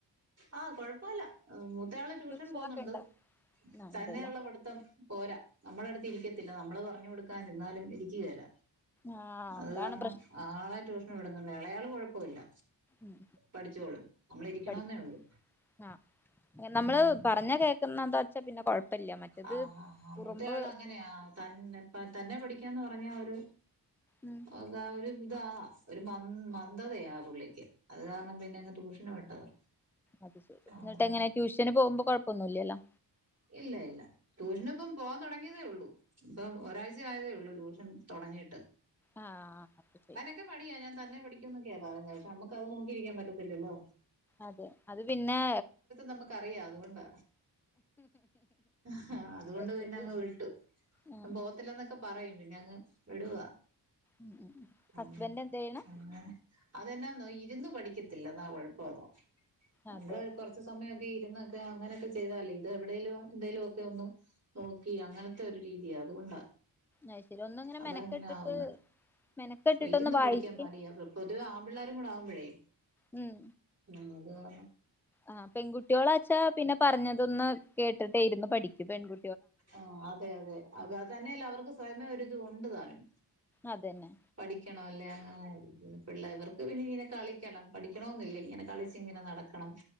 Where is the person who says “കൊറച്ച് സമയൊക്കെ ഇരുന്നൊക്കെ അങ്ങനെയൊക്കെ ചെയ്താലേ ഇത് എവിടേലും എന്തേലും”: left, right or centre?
Right